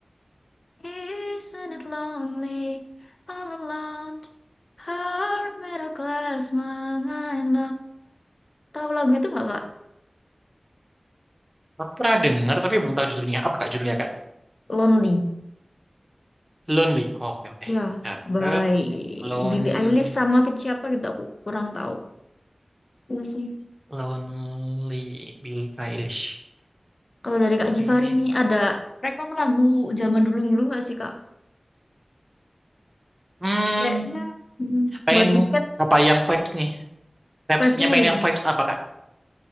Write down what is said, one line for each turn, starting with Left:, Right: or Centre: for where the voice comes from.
Left: Isn't it lonely all alone? Heart made of glass, my mind Tahu lagu itu nggak kak?
Right: aku pernah dengar tapi belum tahu judulnya. Apa Kak judulnya Kak?
Left: Lonely.
Right: Lonely. oke oke.
Left: Ya,
Right: Catat
Left: baik.
Right: Lonely
Left: Billie Eilish sama feat siapa gitu aku kurang tahu. Itu sih.
Right: Lonely Billie Eilish.
Left: Kalau dari Kak Givari
Right: Eh,
Left: nih ada rekom lagu zaman dulu-dulu nggak sih Kak?
Right: Hmm,
Left: Kayaknya mm
Right: pengen
Left: Buat weekend
Right: apa yang vibes nih? Vibes
Left: vibes-nya
Right: yang pengen
Left: yang
Right: yang vibes apa Kak?